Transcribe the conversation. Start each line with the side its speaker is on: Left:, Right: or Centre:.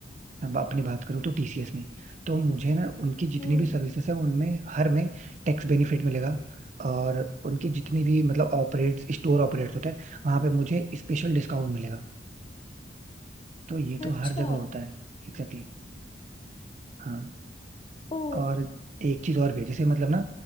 Right: मैं अपनी बात करूँ तो टीसीएस में तो मुझे ना उनकी जितनी
Left: हम्म
Right: भी सर्विसेज है उनमें हर में टैक्स बेनिफिट मिलेगा और उनकी जितनी भी मतलब ऑपरेट्स स्टोर ऑपरेट्स होते हैं वहां पे मुझे स्पेशल डिस्काउंट मिलेगा तो ये तो
Left: अच्छा
Right: हर जगह होता है Exactly exactly. हाँ
Left: ओ
Right: और एक चीज और भी है, जैसे मतलब ना